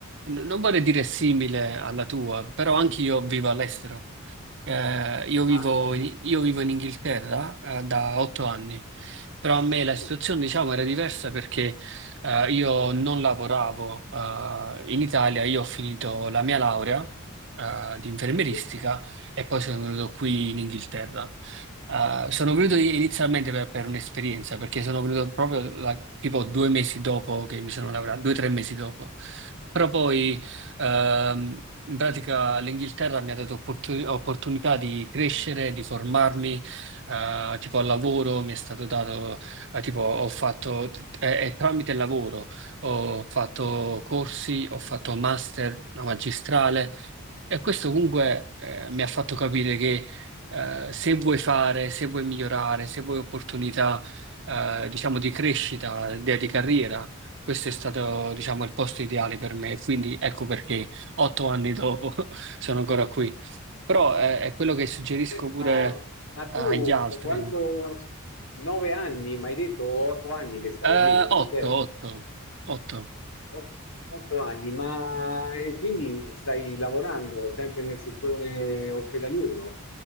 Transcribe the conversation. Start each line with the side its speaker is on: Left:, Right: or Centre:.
Right: n- non vorrei dire simile alla tua, però anche io vivo all'estero. Eh, io
Left: Ah,
Right: vivo in, io vivo in Inghilterra, eh, da otto anni, però a me la
Left: sì,
Right: situazione, diciamo, era diversa perché, eh, io non lavoravo, eh, in Italia, io ho finito la mia laurea, eh, di infermieristica
Left: sì.
Right: e poi sono venuto qui in Inghilterra. Eh, sono venuto inizialmente per, per un'esperienza, perché sono venuto proprio la- tipo due mesi dopo che mi sono laureato, due o tre mesi dopo. Però poi Ehm, in pratica l'Inghilterra mi ha dato opportu- opportunità di crescere, di formarmi, eh, tipo al lavoro mi è stato dato, eh, tipo ho fatto, è, è tramite il lavoro, ho fatto corsi, ho fatto master, una magistrale, e questo comunque eh, mi ha fatto capire che eh, se vuoi fare, se vuoi migliorare, se vuoi opportunità, eh, diciamo, di crescita, di, di carriera, questo è stato, diciamo, il posto ideale per me. Quindi ecco perché otto anni dopo <laughs> sono ancora qui. Però eh, è quello che suggerisco
Left: Senti,
Right: pure
Left: ma, ma
Right: eh,
Left: tu
Right: agli altri.
Left: quanto, 9 anni, mi hai detto 8 anni che stai
Right: Eh,
Left: lì in Inghilterra?
Right: otto, otto, otto.
Left: Ot- Otto anni, ma e quindi stai lavorando sempre nel settore ospedaliero?